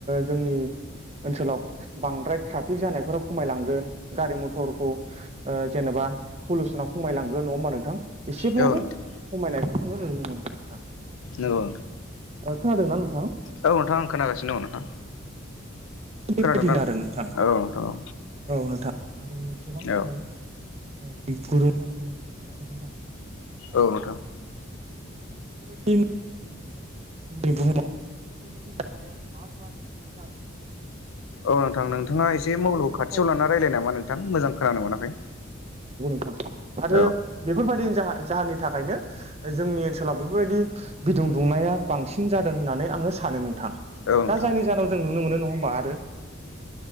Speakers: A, on the right; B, on the left.
A: जोंनि ओनसोलाव बांद्राय ट्राफिक जानायफोरा खमायलांगोन गारि मथरखौ जेनेबा पलुसनााव खमायलांगोन नङा होमबा नोंथां एसेब्लाबो
B: औ नोंथां
A: खमायनायखौ जोङो नुनो मोनगोन नोंथां
B: नंगौ
A: खोनादोंना नोंथां
B: औ नोंथां आं खोनागासिनो दङ नोंथां
A: बेबायदिनो
B: खोनादोंना
A: आरो नोंथां
B: औ नोंथां औ
A: औ नोंथां आरो गोबां
B: औ
A: दंबावो गुदुं जानायनि माखासे जाहोन दा
B: औ नोंथां
A: बेफोरबायदिनो जै बुहुमाव बेफोरबायदि जाथाय बार बार जाबाय
B: औ नोंथां नोंथाङा एसे
A: दा
B: मलखौ
A: बेनि
B: खाथियाव
A: थाखाय
B: लानानानै रायलाय नामा नोंथां मोजां खोनानो मोनाखै
A: <unintelligible> आरो
B: औ
A: बेफोरबायदि जाहोननि थाखायनो जोंनि ओनसोलाव बेफोरबायदि बिदुं दुंनाया बांसिन जादों होननानै आङो सानो नोंथां
B: औ
A: दा
B: नोंथां
A: जायनि जाहोनाव जों नुनो मोनो नङा होमबा आरो